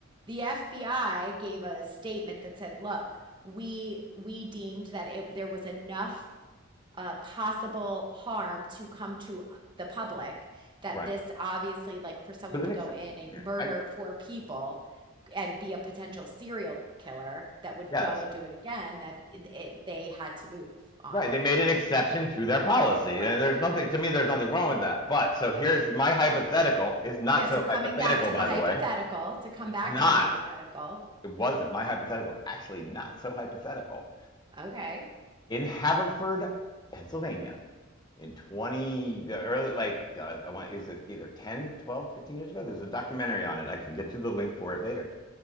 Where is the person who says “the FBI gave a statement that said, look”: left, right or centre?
Right